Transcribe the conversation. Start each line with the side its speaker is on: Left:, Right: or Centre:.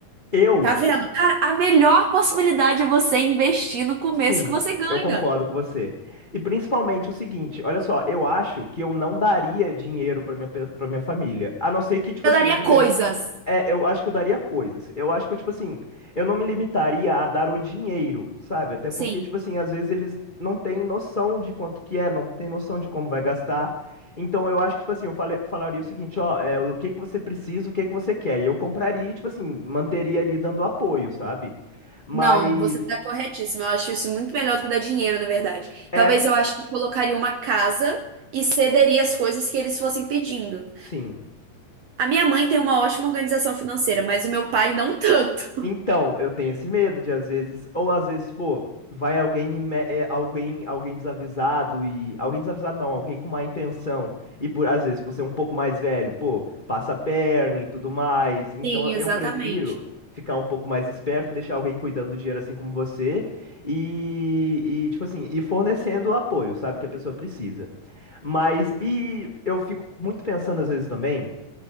Left: Eu,
Right: Tá vendo? Cara, a melhor possibilidade é você investir no começo
Left: sim,
Right: que você ganha.
Left: eu concordo com você. E principalmente o seguinte, olha só, eu acho que eu não daria dinheiro para minha, pe- pra minha família. A não ser que, tipo
Right: Eu
Left: assim,
Right: daria
Left: eu deixaria
Right: coisas.
Left: É, eu acho que eu daria coisas. Eu acho que eu, tipo assim, eu não me limitaria a dar o dinheiro, sabe? Até
Right: Sim.
Left: porque, tipo assim, às vezes eles não têm noção de quanto que é, não têm noção de como vai gastar. Então eu acho que, tipo assim, eu fale- falaria o seguinte, ó, é, o que que você precisa, o que que você quer. E eu compraria, e, tipo assim, manteria ali dando apoio, sabe? Mas,
Right: Não, você tá corretíssimo. Eu acho isso muito melhor do que dar dinheiro, na verdade.
Left: é,
Right: Talvez eu acho que eu colocaria uma casa e cederia as coisas que eles fossem pedindo.
Left: sim.
Right: A minha mãe tem uma ótima organização financeira, mas o meu pai não tanto.
Left: Então, eu tenho esse medo de às vezes, ou às vezes, pô, vai alguém, e me- é, alguém, alguém desavisado e alguém desavisado não, alguém com má intenção e por às vezes por ser um pouco mais velho, pô, passa a perna e tudo mais. Então,
Right: Sim,
Left: eu
Right: exatamente.
Left: prefiro ficar um pouco mais esperto, deixar alguém cuidando do dinheiro assim como você e, e tipo assim, e fornecendo o apoio, sabe, que a pessoa precisa. Mas e eu fico muito pensando às vezes também